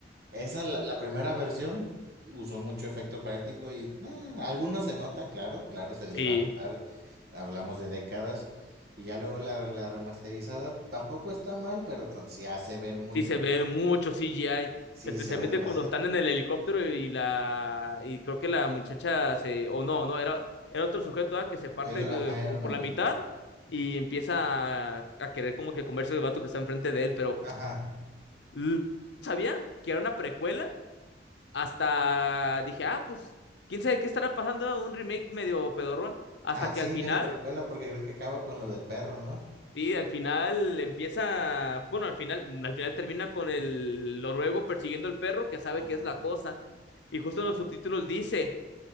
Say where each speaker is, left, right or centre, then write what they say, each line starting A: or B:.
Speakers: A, on the right (about 65°); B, on the left (about 75°).
A: esa, la, la primera versión, usó mucho efecto práctico y eh, algunos se nota, claro, claro, se
B: sí,
A: les va a notar, hablamos de décadas, y ya luego la, la remasterizada tampoco está mal, pero se hace ver muy
B: sí
A: mal,
B: se ve mucho CGI,
A: sí,
B: especialmente
A: se ve demasiado.
B: cuando están en el helicóptero y la, y creo que la muchacha se, o no, no, era, era otro sujeto ah, que se parte
A: Él, ajá,
B: eh, como
A: era un
B: por
A: hombre,
B: la mitad y empieza a, a querer como que comerse el vato que está enfrente de él, pero...
A: ajá,
B: l- Sabía que era una precuela hasta dije, ah, pues, quién sabe qué estará pasando, un remake medio pedorrón, hasta
A: Ah,
B: que
A: sí,
B: al final,
A: era precuela porque creo que acaba con lo del perro, ¿no?
B: sí, al final empieza, bueno, al final, al final termina con el noruego persiguiendo al perro que sabe
A: Ajá.
B: que es la cosa. Y justo en los subtítulos dice,